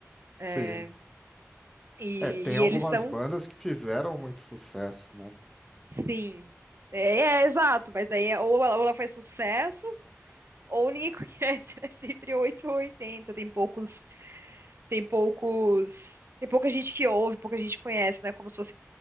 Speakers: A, on the right (about 55°); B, in the centre.
A: É,
B: Sim.
A: e,
B: É, tem algumas
A: e eles são
B: bandas que fizeram muito sucesso, né?
A: Sim. É, é, exato, mas daí é- ou ela, ou ela faz sucesso ou ninguém <laughs> conhece. É sempre 8 ou 80. Tem poucos, tem poucos, tem pouca gente que ouve, pouca gente conhece, né? Como se fosse